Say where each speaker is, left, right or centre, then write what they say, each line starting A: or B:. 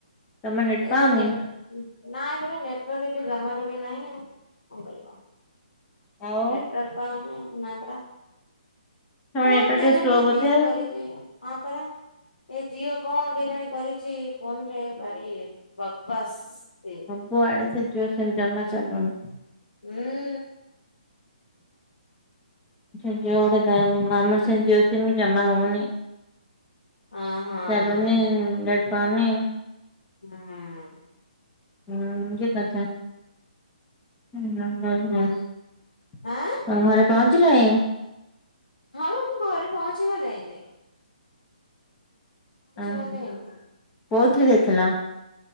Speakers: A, on the left (about 20°); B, on the left (about 80°).
A: ତମ ନେଟ
B: ଏଇଟା
A: ପାଉନି?
B: ନେ ନାଇଁ ପରା ନେଟ୍ ଅର୍କ ଜମାରୁ ବି ନାଇଁ ଆ କଣ କରିବା।
A: ଆଉ
B: ନେଟ ଅର୍କ ପାଇନି ଆଉ ନା ପାରା।
A: ତମ
B: କଣ
A: ନେଟୱାର୍କ
B: କେହି
A: ଟିକେ
B: ଜାଣି
A: ସ୍ଲୋ
B: ଏଇ
A: ବୋଧେ
B: ଝିଅ
A: ଆଉ।
B: କରିଛି। ହଁ ପରା ଏ ଜିଓ କଣ କି ଜାଣି କରିଛି ଫୋନ ରେ ଭାରି ଇଏ। ବକ ବସ୍ ସେ
A: ବୁଆଡେ ସେ ଜିଓ ସେମିତି ଜଜା ଚାଲୁନି।
B: ଉଁ
A: <unintelligible> ଜମା ହଉନି।
B: ହଁ ହଁ
A: ଚାଲୁନି ନେଟ୍ ପାଉନି।
B: ହୁଁ।
A: ହୁଁ ହେ କଥା। <unintelligible>
B: ହୁଁ ଆଁ
A: ଘରେ ପହଞ୍ଚିଲଣି?
B: ହଁ ମୁଁ ଘରେ ପହଞ୍ଚିଗଲି ଏଇନେ।
A: ଓହୋ
B: ଗଲିଣି ମୁଁ।
A: କୋଉଥିରେ ଯାଇଥିଲ?